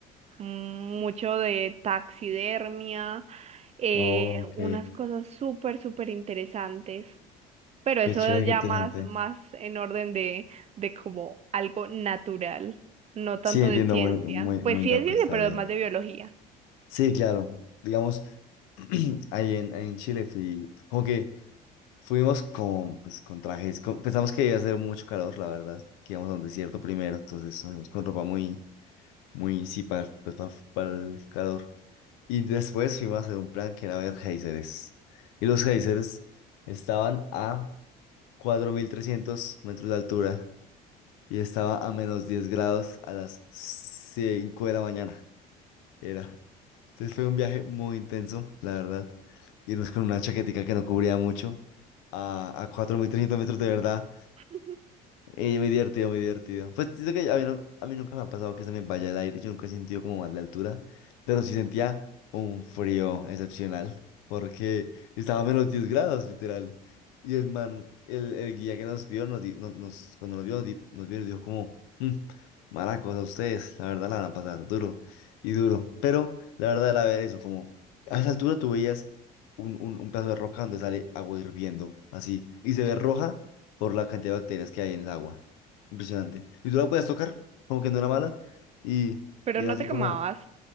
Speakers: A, on the right (about 35°); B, on the left (about 80°).
A: mm, mucho de taxidermia, eh,
B: Oh, ok,
A: unas cosas súper, súper interesantes, pero eso
B: qué chévere,
A: ya
B: qué interesante.
A: más, más en orden de, de como algo natural, no tanto
B: Sí, entiendo,
A: de ciencia.
B: muy, muy,
A: Pues
B: muy
A: sí
B: loco,
A: es ciencia,
B: está
A: pero
B: bien.
A: más de biología.
B: Sí, claro. Digamos, <clears throat> ahí en, ahí en Chile fui, como que fuimos con, pues, con trajes, con- pensamos que iba a hacer mucho calor, la verdad, que íbamos a un desierto primero, entonces fuimos con ropa muy, muy, sí, para, pues, para, para el calor. Y después fuimos a hacer un plan que era ver géiseres. Y los géiseres estaban a 4.300 metros de altura y estaba a menos 10 grados a las 5 de la mañana. Era. Entonces fue un viaje muy intenso, la verdad. Irnos con una chaquetica que no cubría mucho a, a 4.300 metros de verdad.
A: <laughs>
B: Y muy divertido, muy divertido. Pues siento que a mí, no- a mí nunca me ha pasado que se me vaya el aire, yo nunca he sentido como mal de altura, pero sí sentía un frío excepcional, porque estaba a menos 10 grados, literal. Y el man, el, el guía que nos vio, nos, di- nos, nos- cuando nos vio, nos, di- nos vio, y nos dijo como, "Mm, maracos, a ustedes, la verdad la van a pasar duro y duro. Pero la verdad era ver eso, como a esa altura tú veías un, un, un pedazo de roca donde sale agua hirviendo, así, y se ve roja por la cantidad de bacterias que hay en el agua. Impresionante. Y tú la puedes tocar, como que no era mala, y,
A: Pero
B: y
A: no
B: era así
A: te quemabas.
B: como,